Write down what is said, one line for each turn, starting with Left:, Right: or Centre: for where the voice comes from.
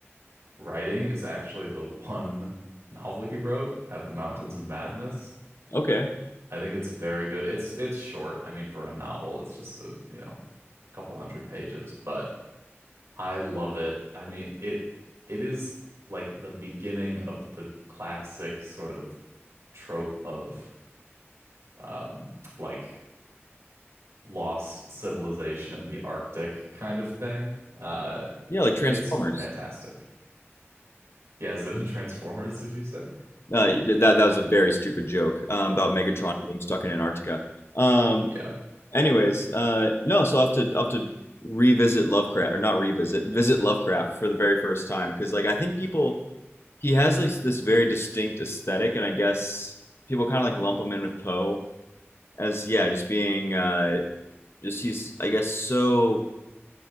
Right: writing is actually the one novel he wrote at the Mountains of Madness.
Left: Okay.
Right: I think it's very good. It's it's short. I mean, for a novel, it's just a, you know, couple hundred pages, but I love it. I mean, it it is like the beginning of the classic sort of trope of um like lost civilization in the Arctic kind of thing. Uh,
Left: Yeah, like Transformers.
Right: it's fantastic. Yeah, is it in Transformers, did you say?
Left: Uh, th- that that was a very stupid joke um, about Megatron being stuck in Antarctica. Um,
Right: Yeah.
Left: Anyways, uh, no, so I'll have to I'll have to revisit Lovecraft or not revisit, visit Lovecraft for the very first time because like I think people he has like this very distinct aesthetic, and I guess people kind of like lump him in with Poe as yeah, just being uh, just he's I guess so